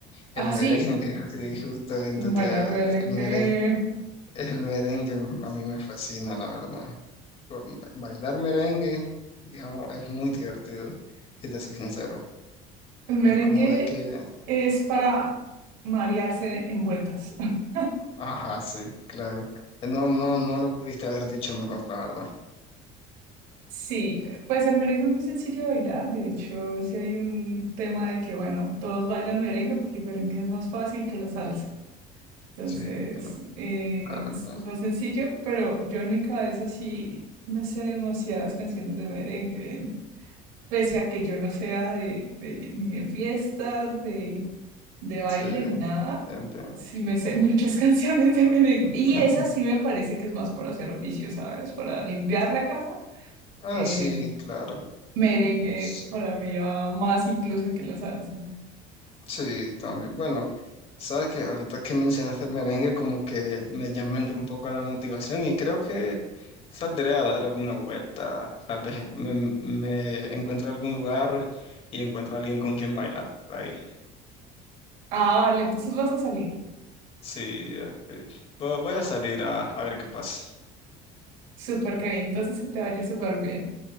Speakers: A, on the left; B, on the right.
A: El
B: Ah,
A: merengue,
B: sí.
A: <laughs> sí, justamente,
B: Bueno,
A: tía,
B: el merengue.
A: el merengue. El merengue a mí me fascina, la verdad. Con- Bailar merengue, digamos, es muy divertido, si te soy sincero.
B: El merengue
A: Es como de que,
B: es para marearse en vueltas. <laughs>
A: ajá, sí, claro. No, no, no lo pudiste haber dicho mejor, la verdad.
B: Sí, puede ser merengue es muy sencillo de bailar. De hecho, sí hay un tema de que, bueno, todos bailan merengue porque el merengue es más fácil que la salsa. Entonces,
A: Sí, claro,
B: eh,
A: claro,
B: es
A: claro.
B: es más sencillo, pero yo en mi cabeza sí me sé demasiadas canciones de merengue. Pese a que yo no sea de, de ni de fiesta, de, de baile,
A: Sí,
B: ni nada,
A: entiendo.
B: sí me sé muchas <laughs> canciones de merengue.
A: <laughs>
B: Y esa sí me parece que es más para hacer oficio, ¿sabes? Para limpiar la casa
A: Ah,
B: eh,
A: sí, claro.
B: Merengue
A: Sí,
B: para mí va más incluso que la salsa.
A: sí, también. Bueno, sabes que ahorita que mencionaste el merengue, como que me llama entró un poco la motivación y creo que Saldré a dar una vuelta, tal vez me, me encuentro algún lugar y encuentro a alguien con quien bailar por ahí.
B: Ah, vale, entonces vas a salir.
A: Sí, ok. Vo- Voy a salir a, a ver qué pasa.
B: Súper, bien, entonces que te vaya súper bien.